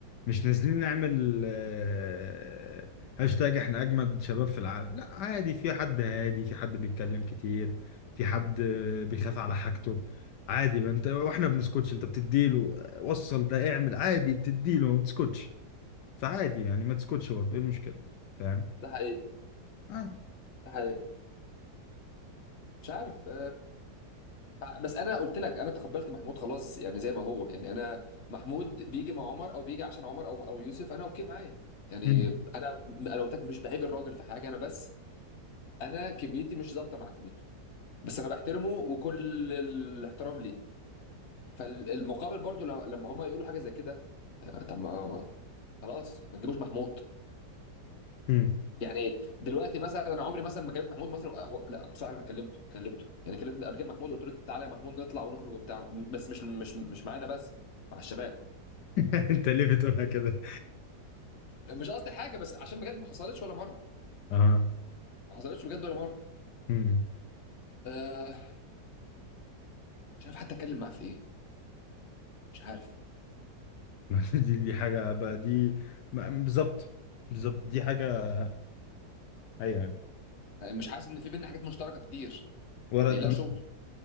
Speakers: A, on the left; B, on the left.
A: مش نازلين نعمل آه، هاشتاج احنا اجمد شباب في العالم لا عادي في حد هادي في حد بيتكلم كتير في حد آه، بيخاف على حاجته عادي ما انت واحنا بنسكتش انت بتديله آه، وصل ده اعمل عادي بتديله ما بتسكتش فعادي يعني ما تسكتش برضه ايه المشكلة فاهم
B: ده حقيقي
A: عادي
B: ده حقيقي مش عارف آه، بس انا قلت لك انا تقبلت محمود خلاص يعني زي ما هو يعني انا محمود بيجي مع عمر او بيجي عشان عمر او او يوسف انا اوكي معايا يعني
A: مم.
B: انا انا قلت لك مش بعيب الراجل في حاجه انا بس انا كميتي مش ظابطه مع كميته بس انا بحترمه وكل الاحترام ليه فالمقابل برضو لو- لما هم يقولوا حاجه زي كده آه، طب ما خلاص ما تجيبوش محمود
A: مم.
B: يعني دلوقتي مثلا انا عمري مثلا ما كلمت محمود مثلا هو لا بصراحه انا كلمته كلمته يعني كلمت قبل كده محمود وقلت له تعالى يا محمود نطلع ونخرج وبتاع بس مش مش مش معانا بس مع الشباب
A: <laughs> انت ليه بتقولها كده
B: مش قصدي حاجه بس عشان بجد ما حصلتش ولا مره
A: اه
B: ما حصلتش بجد ولا مره
A: مم.
B: أه مش عارف حتى اتكلم معاه في ايه مش عارف
A: <laughs> دي دي حاجة بقى دي ما- بالظبط بالظبط دي حاجة ايوه
B: آه، مش حاسس ان في بينا حاجات مشتركه كتير
A: ورقة
B: يعني لا شغل